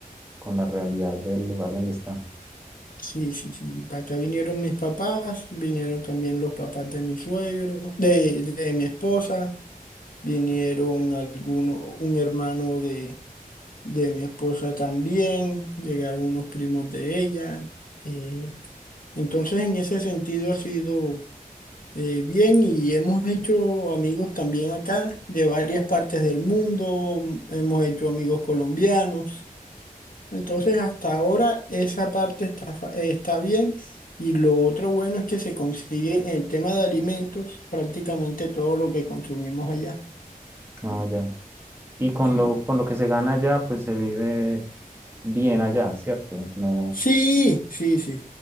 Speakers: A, on the right; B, on the left.
A: con la realidad del lugar donde está.
B: Sí, sí, sí. Para acá vinieron mis papás, vinieron también los papás de mi suegro, de, de mi esposa, vinieron algunos, un hermano de de mi esposa también, llegaron unos primos de ella. eh, entonces, en ese sentido ha sido eh, bien y hemos hecho amigos también acá de varias partes del mundo, hemos hecho amigos colombianos. Entonces, hasta ahora esa parte está, fa- eh, está bien. Y lo otro bueno es que se consigue en el tema de alimentos prácticamente todo lo que consumimos allá.
A: Ah, ya. Y con
B: Sí.
A: lo, con lo que se gana allá, pues se vive bien allá, ¿cierto? No.
B: Sí, sí, sí.